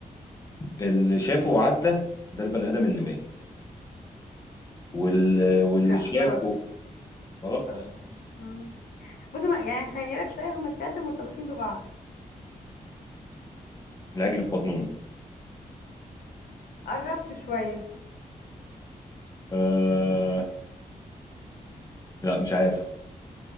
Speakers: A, on the left (about 25°); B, on the left (about 80°).
A: اللي شافه وعدى ده البني ادم اللي مات وال... واللي
B: لا
A: شافه
B: غلط
A: غلط
B: غلط مم. بصي ما- يعني هسهلها لك شوية هما التلاتة مرتبطين ببعض
A: العجل في بطن امه
B: قربت شوية
A: آه... لا مش عارف